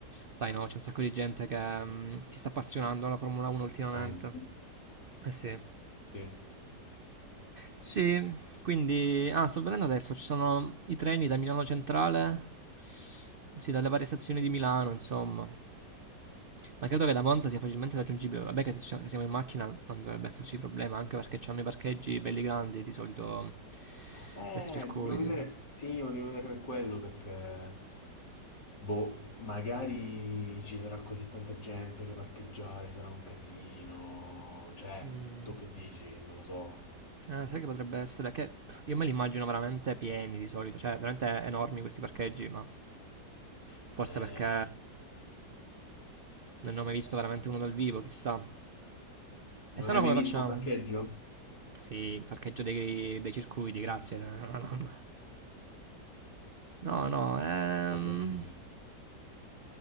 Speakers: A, on the right; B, on the left.
A: sai no, c'è un sacco di gente che mm, si sta appassionando alla Formula 1 ultimamente.
B: Sainz.
A: Eh sì.
B: Sì.
A: Sì, quindi... Ah, sto vedendo adesso, ci sono i treni da Milano Centrale, sì, dalle varie stazioni di Milano, insomma. Ma credo che da Monza sia facilmente raggiungibile. Vabbè che se, ci- se siamo in macchina non dovrebbe esserci problema, anche perché c'hanno i parcheggi belli grandi di solito
B: Eh,
A: questi circuiti.
B: dobbiamo vedere. Sì, ma dobbiamo vedere per quello perché. Boh, magari ci sarà così tanta gente che parcheggiare sarà un casino. Cioè,
A: Mm.
B: tu che dici? Non lo so.
A: Eh, sai che potrebbe essere? Che pff, io me li immagino veramente pieni di solito, cioè veramente enormi questi parcheggi, ma forse
B: Eh,
A: perché non ne ho mai visto veramente uno dal vivo, chissà.
B: non
A: E se
B: hai
A: no
B: mai
A: come
B: visto
A: facciamo?
B: un parcheggio?
A: Sì, il parcheggio dei, dei circuiti, grazie, <laughs> eh, ma non, No, no, ehm...
B: Ho capito.